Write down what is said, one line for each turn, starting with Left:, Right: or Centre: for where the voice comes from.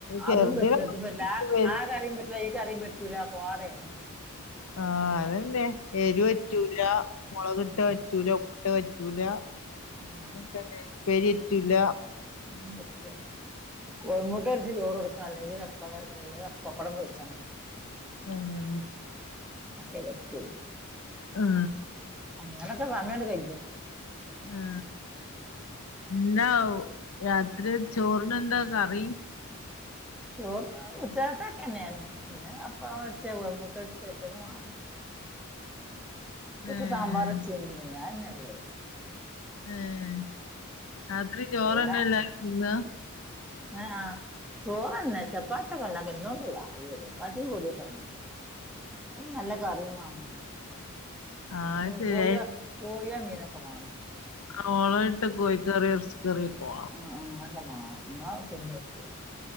Left: ചെറുതിനെ
Centre: ആതും പറ്റ്ലാ ഇതും പറ്റ്ല്ല അ ആ കറീം പറ്റ്ല്ല ഈ കറീം പറ്റ്ല കോടേണ്.
Left: ആ തന്നെ എരുറ്റൂല മുളക് ട്ടെ പ
Centre: ഉം.
Left: ട്ടെറ്റൂല ഫുഡ്‌ പറ്റൂല
Centre: ഉം
Left: ങ്ങൻതന്നെ ഉപ്പേരിറ്റൂല
Centre: ന്നും പറ്റൂലെ കോയിമുട്ടൊരിച്ച് ചോറോടുക്കല്ലെങ്കിൽ അ കളെ എല്ലെങ്കിൽ അപ്പകടം പൊരിച്ചണം
Left: ഉംഹ്
Centre: ആക്കേ പറ്റു
Left: ആഹ്‌
Centre: അങ്ങലതെ സമയണ്ട് കജു
Left: ആ എന്താ രാത്രി ചോറിനന്താ കറി
Centre: ചോർന് ഉച്ചാത്തൊക്കെ തന്നെയാണ് പിന്നെ അപ്പം പോര്ച്ച കോയി മുട്ട് പോര്ച്ച റ്റേക്ക വാണം. ഉച്ചയ്ക്ക്
Left: ഏഹ്
Centre: സാമ്പാർ വെച്ചിന്ന് അതെന്നെ ഇള്ളെ.
Left: ഏഹ് ആത്രി ചോറ്ന്ന
Centre: പിന്നെ
Left: അല്ലാരു തിന്ന
Centre: ആ ചോറ് തന്നെ ചപ്പാത്തിയൊക്കെ ഉണ്ടാക്കാൻ എന്നേ കൊണ്ട് വയ്യാ ആവൂല ചപ്പാത്തിന്റെ പോടീ ഒക്കെ ഇണ്ട് അ നല്ല കറിയു വാങ്ങ
Left: ആഹ് ശരി
Centre: കോയൊ കോയിയോ മീനൊക്കെ വാണം
Left: അ ഓളായിട്ട് കോഴിക്കറി എർച്ച് ദെരിപ്പോ.
Centre: ആ ആ അക്കെ വാണം ന്നാ തിന്നേക്കു